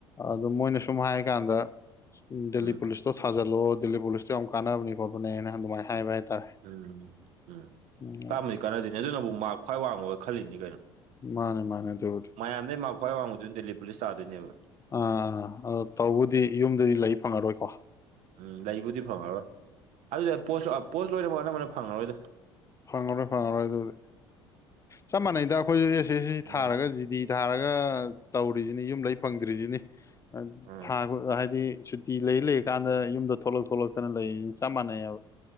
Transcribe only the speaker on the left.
ꯑꯗꯨ ꯃꯣꯏꯅ ꯁꯨꯝ ꯍꯥꯏꯀꯥꯟꯗ ꯗꯦꯜꯂꯤ
ꯄꯨꯂꯤꯁꯇꯣ ꯁꯥꯖꯜꯂꯣ ꯗꯦꯜꯂꯤ ꯄꯨꯂꯤꯁꯇꯣ ꯌꯥꯝ ꯀꯥꯟꯅꯕꯅꯤ ꯈꯣꯠꯄꯅꯦꯅ ꯑꯗꯨꯃꯥꯏꯅ ꯍꯥꯏꯕ ꯍꯥꯏꯇꯥꯔꯦ
ꯎꯝ
ꯃꯥꯅꯦ ꯃꯥꯅꯗꯕ
ꯑꯥ ꯑ ꯑ ꯇꯧꯕꯨꯗꯤ ꯌꯨꯝꯗꯗꯤ ꯂꯩ ꯐꯪꯉꯔꯣꯏꯀꯣ
ꯐꯪꯉꯔꯣꯏ ꯐꯪꯉꯔꯣꯏ ꯑꯗꯨꯗꯤ ꯆꯞ ꯃꯥꯟꯅꯩꯗ ꯑꯩꯈꯣꯏꯁꯨ ꯑꯦꯁ ꯑꯦꯁ ꯁꯤ
ꯊꯥꯔꯒ ꯖꯤꯗꯤ ꯊꯥꯔꯒ ꯇꯧꯔꯤꯁꯤꯅꯤ ꯌꯨꯝ ꯂꯩ ꯐꯪꯗ꯭ꯔꯤꯁꯤꯅꯤ
ꯊꯥ ꯍꯥꯏꯗꯤ ꯐꯤ ꯂꯩ ꯂꯩꯔꯤ ꯀꯥꯟꯗ ꯌꯨꯝꯗ ꯊꯣꯛꯂꯛ ꯊꯣꯛꯂꯛꯇꯅ ꯂꯩꯔꯤ ꯆꯞ ꯃꯥꯟꯅꯩꯑꯕ